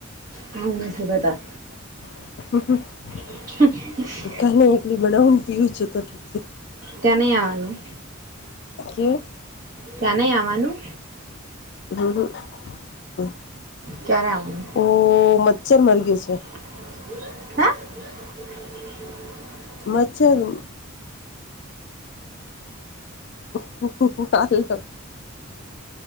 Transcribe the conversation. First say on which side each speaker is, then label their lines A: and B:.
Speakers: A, on the right; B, on the left.
A: હમે છે બતા
B: <unintelligible>
A: <unintelligible>
B: કાલે એટલે બનાવું પીવું છું તો ઠીક છે.
A: તો ની આવવાનું.
B: કે
A: ત્યાં નહી આવાનું?
B: <unintelligible>
A: ક્યારે આવાની?
B: ઓ મચ્છર મરી ગયું છે.
A: હ??
B: મચ્છર <unintelligible>